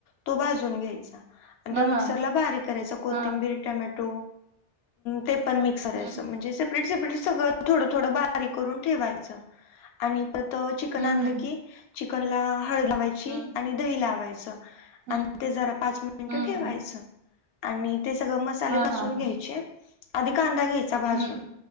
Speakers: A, on the left; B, on the right.
A: तो भाजून घ्यायचा. आणि
B: हा
A: त मिक्सरला
B: हा
A: बारीक करायचा कोथिंबीर
B: हा
A: टँमॅटो ते पण मिक सगळ्याच
B: हम्म
A: म्हणजे सेपरेट सेपरेट सगळं थोडं थोडं बारीक करून ठेवायचं. आणि त त चिकन
B: हम्म
A: आणलं की चिकनला हळद लावायची
B: हम्म
A: आणि दही लावायचं.
B: हं,
A: आणि ते जरा पाच मिनट
B: हं.
A: ठेवायचं. आणि ते सगळं मसाले
B: हां,
A: भाजून
B: हां, हां.
A: घ्यायचे, आधी कांदा घ्यायचा भाजून.
B: हं,